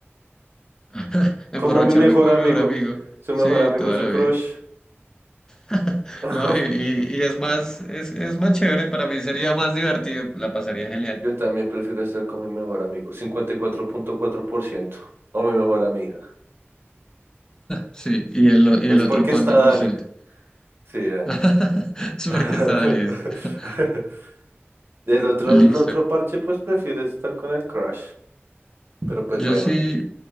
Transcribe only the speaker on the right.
Como mi mejor
amigo,
su
mejor amigo
es su
crush.
<laughs>
Yo también prefiero estar con mi mejor amigo, Cincuenta y cuatro cuatro punto cuatro por ciento o mi mejor amiga.
Es
porque
está Dani.
Sí. eh.
<laughs>
El otro,
el otro parche, pues prefiere estar con el crush. Pero pues
bueno,